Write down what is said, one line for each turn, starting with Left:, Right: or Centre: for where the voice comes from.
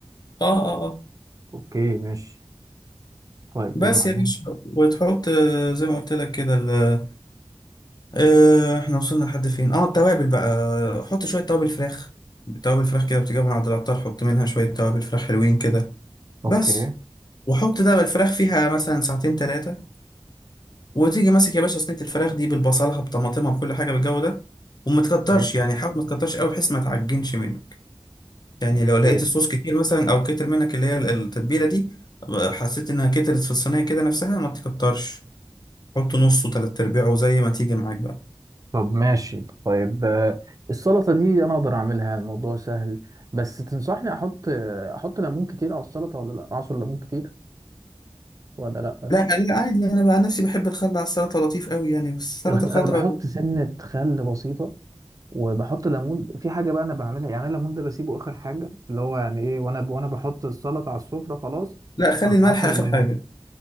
Left: اه اه اه
Right: اوكي ماشي طيب
Left: بس
Right: وبعدين
Left: يا باشا وتحط آه، زي ما قلت لك كده ال- آه، احنا وصلنا لحد فين اه التوابل بقى حط شوية توابل فراخ توابل فراخ كده بتجيب من عند العطار حط منها شوية توابل فراخ حلوين كده
Right: اوكي
Left: بس وحط ده بالفراخ فيها مثلا ساعتين ثلاثة وتيجي ماسك يا باشا صينية الفراخ دي بالبصلها بطماطمها بكل حاجة بالجو ده وما تكترش
Right: اوكي
Left: يعني حاول ما تكترش قوي بحيث ما تعجنش منه يعني
Right: اوكي
Left: لو لقيت الصوص كتير مثلا او كتر منك اللي هي التتبيله دي حسيت انها كترت في الصينيه كده نفسها ما تكترش حط نصه تلات ارباعه زي ما تيجي معاك بقى
Right: طب ماشي طيب آه، السلطة دي انا اقدر اعملها يعني الموضوع سهل بس تنصحني احط آه، احط ليمون كتير على السلطة ولا لا اعصر ليمون كتير ولا لا
Left: لا لا عادي انا بقى نفسي بحب الخل على السلطه لطيف قوي يعني بس السلطه
Right: الخ-
Left: الخضراء
Right: انا بحط سنة خل بسيطة وبحط ليمون في حاجه بقى انا بعملها يعني الليمون ده بسيبه اخر حاجه اللي هو يعني ايه وانا وانا بحط السلطه على السفره خلاص
Left: لا خلي
Right: أروح
Left: الملح
Right: عصر
Left: اخر
Right: الليمون
Left: حاجه